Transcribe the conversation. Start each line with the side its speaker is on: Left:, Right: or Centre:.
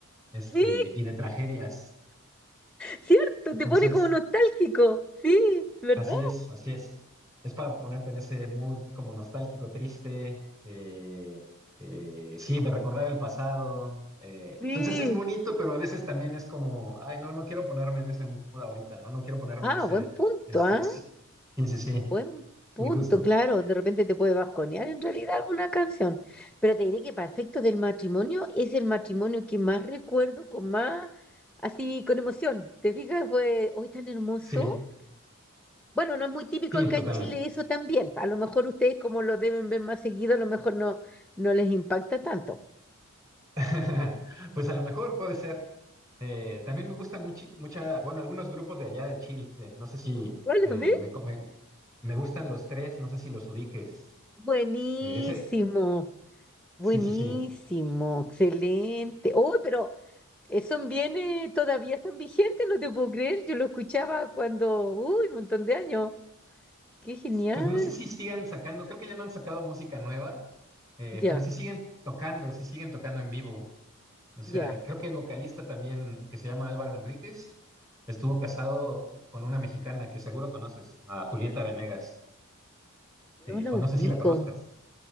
Right: este,
Centre: Sí,
Right: y de tragedias.
Centre: ¿Cierto?
Right: Entonces,
Centre: Te pone como nostálgico. Sí, ¿verdad?
Right: así es, así es. Es para ponerte en ese mood como nostálgico, triste, eh, eh, sí, de recordar el pasado. eh.
Centre: Sí.
Right: Entonces es bonito, pero a veces también es como, ay, no, no quiero ponerme en ese mood ahorita, no, no quiero ponerme
Centre: Ah,
Right: en ese,
Centre: buen punto,
Right: este,
Centre: ¿ah?
Right: sí, sí, sí, sí,
Centre: Buen punto,
Right: sí, justo,
Centre: claro. De repente te puede bajonear en realidad alguna canción. Pero te diré que para efectos del matrimonio es el matrimonio que más recuerdo con más, así, con emoción. ¿Te fijas? Fue hoy tan hermoso.
Right: sí,
Centre: Bueno, no es muy típico
Right: sí,
Centre: acá
Right: totalmente.
Centre: en Chile eso también. A lo mejor ustedes, como lo deben ver más seguido, a lo mejor no, no les impacta tanto.
Right: <laughs> Pues a lo mejor puede ser. Eh, también me gusta mucho, mucha, bueno, algunos grupos de allá de Chile. No sé si
Centre: Hola,
Right: eh,
Centre: ¿ves?
Right: me, co- me- me gustan los tres, no sé si los ubiques.
Centre: Buenísimo.
Right: Eh, ese,
Centre: Buenísimo,
Right: sí, sí, sí.
Centre: excelente. Oh, pero eh, son bienes todavía están vigentes, no te puedo creer. Yo lo escuchaba cuando, uy, un montón de años. Qué genial.
Right: Pues no sé si sigan sacando, creo que ya no han sacado música nueva, eh,
Centre: Ya,
Right: pero sí siguen tocando, sí siguen tocando en vivo. O sea,
Centre: ya.
Right: creo que el vocalista también, que se llama Álvaro Enríquez, estuvo casado con una mexicana que seguro conoces, a Julieta Venegas. Eh,
Centre: No la
Right: o
Centre: ubico.
Right: no sé si la conozcas.